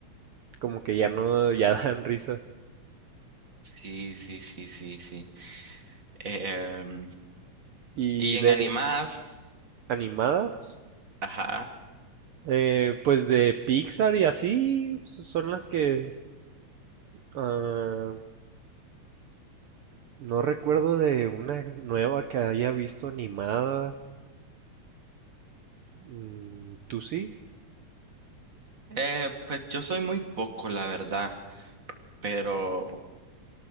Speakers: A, on the right; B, on the right.
A: como que ya no, ya <laughs> dan risa.
B: Sí, sí, sí, sí, sí. Em,
A: Y
B: y en
A: de
B: animadas,
A: animadas,
B: ajá.
A: Eh, pues de Pixar y así so- son las que ah, no recuerdo de una nueva que haya visto animada. Mm, ¿Tú sí?
B: Eh, pues yo soy muy poco, la verdad, pero